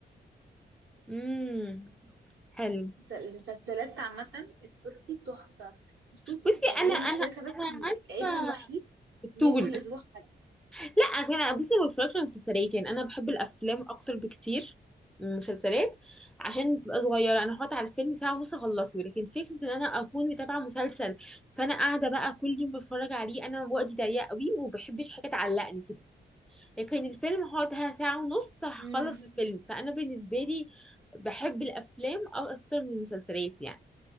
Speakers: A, in the centre; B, on the right (about 75°).
A: امم حلو
B: المس- المسلسلات عامة التركي تحفة خصوصا
A: بصي
B: يعني
A: انا
B: هي
A: انا
B: مش تاريخها بس
A: انا عارفة
B: عيبها الوحيد
A: الطول
B: إن هي كل
A: <laughs>
B: أسبوع حلقة
A: لا انا بصي ما بتفرجش على مسلسلات يعني انا بحب الافلام اكتر بكتير من المسلسلات عشان بتبقى صغيره انا هقعد على الفيلم ساعه ونص اخلصه لكن فكره ان انا اكون متابعه مسلسل فانا قاعده بقى كل يوم بتفرج عليه انا وقتي ضيق قوي وما بحبش حاجه تعلقني كده لكن الفيلم هقعد ساعه ونص هخلص
B: أمم،
A: الفيلم فانا بالنسبه لي بحب الافلام اكتر من المسلسلات يعني